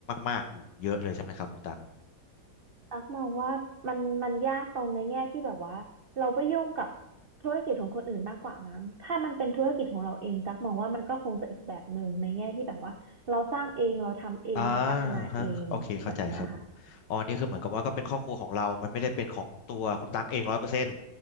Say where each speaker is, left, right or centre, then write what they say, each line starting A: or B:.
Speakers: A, on the left (about 70°); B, on the right (about 70°).
A: มากๆ อยู่เยอะเลยใช่ไหมครับคุณตัก
B: ตักมองว่ามันมันยากตรงในแง่ที่แบบว่าเราไปยุ่งกับธุรกิจของคนอื่นมากกว่ามั้งถ้ามันเป็นธุรกิจของเราเองตักมองว่ามันก็คงจะอีกแบบหนึ่งในแง่ที่แบบว่าเราสร้างเองเราทำเองเราพัฒนาเองแบบเนี้ยค่ะ
A: อ่าฮะโอเคเข้าใจครับ อ๋อนี่คือเหมือนกับว่าก็เป็นครอบครัวของเรามันไม่ได้เป็นของตัวคุณตั๊กเองร้อยเปอร์เซ็นต์